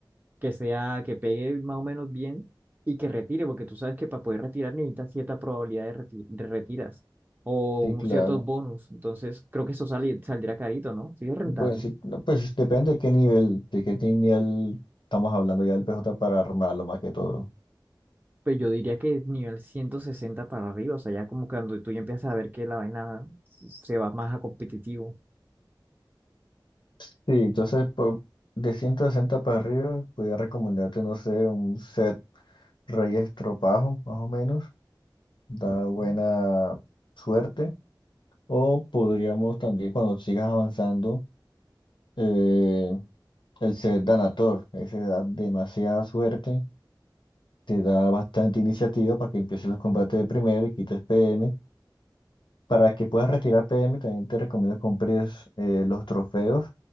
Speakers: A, on the right; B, on the left.
A: que sea, que pegue más o menos bien y que retire, porque tú sabes que para poder retirar necesitas cierta probabilidad de, reti- de retiras o
B: Sí,
A: un-
B: claro.
A: ciertos bonus. Entonces, creo que eso sale, saldrá carito, ¿no? Sí, es rentable.
B: Bueno, sí, no, pues depende de qué nivel, de qué nivel estamos hablando ya del PJ para armarlo más que todo.
A: Pues yo diría que nivel 160 para arriba, o sea, ya como cuando tú ya empiezas a ver que la vaina se va más a competitivo.
B: Sí, entonces por, de 160 para arriba, podría recomendarte, no sé, un set Reyes Estropajo, más o menos. Da
A: Ujú.
B: buena suerte. O podríamos también, cuando sigas avanzando, eh, el set Danator. Ese da demasiada suerte. Te da bastante iniciativa para que empieces los combates de primero y quites PM. Para que puedas retirar PM, también te recomiendo que compres eh, los trofeos